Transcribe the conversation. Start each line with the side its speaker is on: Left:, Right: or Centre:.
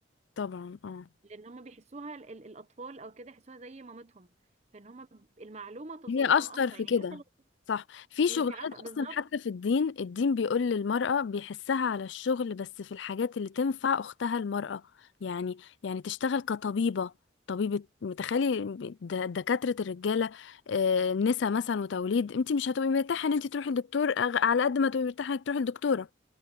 Left: طبعا اه
Right: لان هم بيحسوها ال ال الاطفال او كده يحسوها زي مامتهم فان هم ب- المعلومه توصل
Left: هي
Right: لهم
Left: اشطر
Right: اسرع
Left: في
Right: يعني
Left: كده
Right: حتى لو
Left: صح في شغلات
Right: انت عارفه بالظبط
Left: اصلا حتى في الدين الدين بيقول للمرأة بيحسها على الشغل بس في الحاجات اللي تنفع اختها المرأة يعني يعني تشتغل كطبيبة طبيبة متخيلي د- دكاترة الرجالة آه، نسا مثلا وتوليد انت مش هتبقي مرتاحة ان انت تروحي لدكتور أغ- على قد ما تبقي مرتاحة انك تروحي لدكتورة